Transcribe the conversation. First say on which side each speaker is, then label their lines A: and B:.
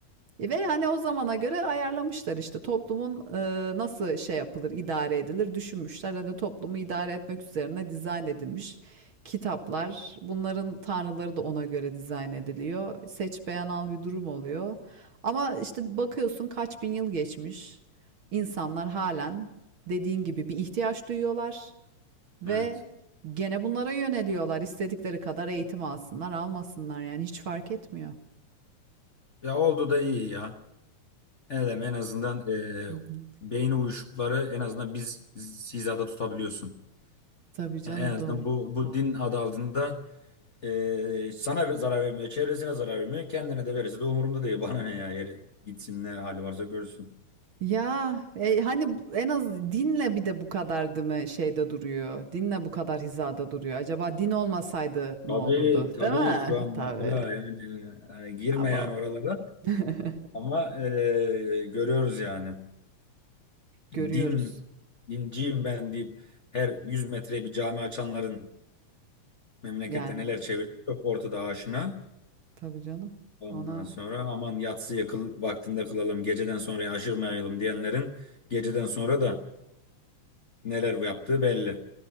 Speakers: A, on the right; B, on the left.
A: E, Ve hani o zamana göre ayarlamışlar işte toplumun e, nasıl şey yapılır, idare edilir düşünmüşler. Hani toplumu idare etmek üzerine dizayn edilmiş kitaplar. Bunların tanrıları da ona göre dizayn ediliyor. Seç beğen al bir durum oluyor. Ama işte bakıyorsun kaç bin yıl geçmiş. İnsanlar halen dediğin gibi bir ihtiyaç duyuyorlar ve
B: Evet.
A: gene bunlara yöneliyorlar. İstedikleri kadar eğitim alsınlar, almasınlar yani hiç fark etmiyor.
B: Ya oldu da iyi ya. Evet, en azından eee
A: Hı hı.
B: beyin uyuşukları en azından biz hizada tutabiliyorsun.
A: Tabii canım
B: Yani en azından
A: doğru.
B: bu, bu din adı altında eee, sana zarar vermiyor, çevresine zarar vermiyor. Kendine de verirse de umurumda değil. <laughs> Bana ne ya yeri gitsin ne hali varsa görsün.
A: Ya e, hani bu- en az dinle bir de bu kadar değil mi şeyde duruyor. Dinle bu kadar hizada duruyor. Acaba din olmasaydı ne
B: Tabii
A: olurdu?
B: tabii
A: Değil mi?
B: şu an
A: Tabii.
B: mesela yani e, girme
A: Abo.
B: yani oralara.
A: <laughs>
B: Ama eee, görüyoruz yani.
A: Görüyoruz
B: Din, dinciyim ben deyip her 100 metreye bir cami açanların memlekette
A: yani.
B: neler çevirdi çok ortada aşina.
A: Tabii canım.
B: Ondan
A: Ona
B: sonra aman yatsıya kıl, vaktinde kılalım, geceden sonra aşırmayalım diyenlerin geceden sonra da neler yaptığı belli.